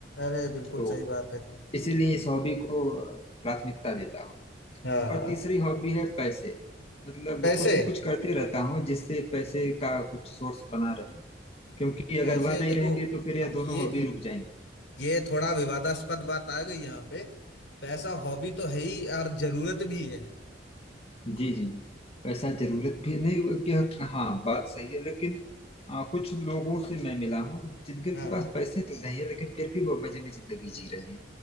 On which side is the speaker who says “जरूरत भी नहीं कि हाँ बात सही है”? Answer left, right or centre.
Left